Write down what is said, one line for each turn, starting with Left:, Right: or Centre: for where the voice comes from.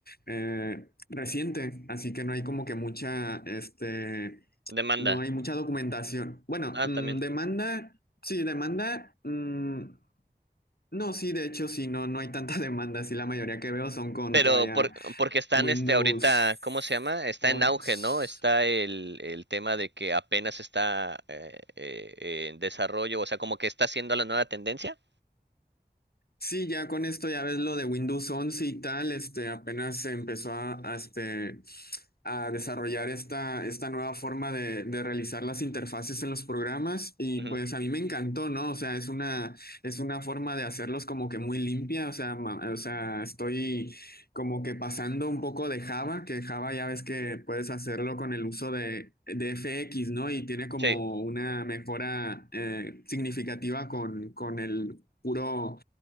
Left: eh, reciente, así que no hay como que mucha, este,
Right: Demanda.
Left: no hay mucha documentación. Bueno,
Right: Ah,
Left: mm,
Right: también.
Left: demanda, sí, demanda, mm, no, sí, de hecho, sí, no, no hay tanta <laughs> demanda, sí, la mayoría que veo son con
Right: Pero
Left: todavía
Right: por- porque están
Left: Windows
Right: este ahorita, ¿cómo se llama? Está
Left: Forms.
Right: en auge, ¿no? Está el, el tema de que apenas está eh, eh, en desarrollo, o sea, como que está siendo la nueva tendencia.
Left: Sí, ya con esto ya ves lo de Windows once y tal, este, apenas se empezó a, a, este, a desarrollar esta, esta nueva forma de, de realizar las interfaces en los programas y
Right: Ujú,
Left: pues a mí me encantó, ¿no? O sea, es una, es una forma de hacerlos como que muy limpia, o sea, ma- o sea, estoy como que pasando un poco de Java, que Java ya ves que puedes hacerlo con el uso de, de FX, ¿no? Y tiene como
Right: Sí,
Left: una mejora eh, significativa con, con el... Puro,